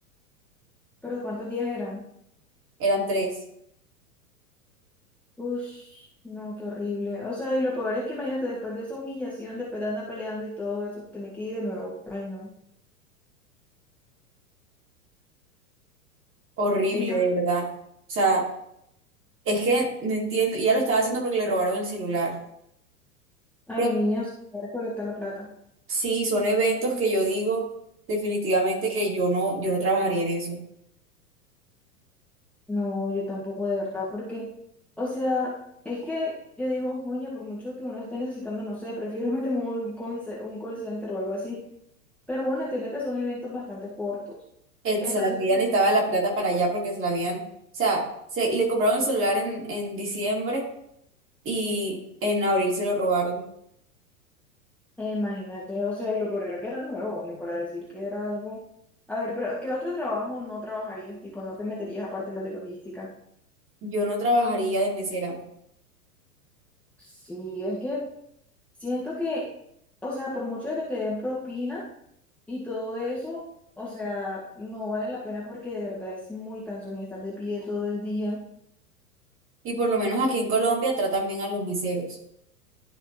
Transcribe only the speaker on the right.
Eran tres.
Horrible,
de verdad. O sea, es que no entiendo. Y ella lo estaba haciendo porque le robaron el celular.
Pero
sí, son eventos que yo digo definitivamente que yo no, yo no trabajaría en eso.
Exacto,
ya necesitaba la plata para allá porque se la habían, o sea, se, le compraron el celular en, en diciembre y en abril se lo robaron.
Yo no trabajaría de mesera.
Y por lo menos aquí en Colombia tratan bien a los meseros.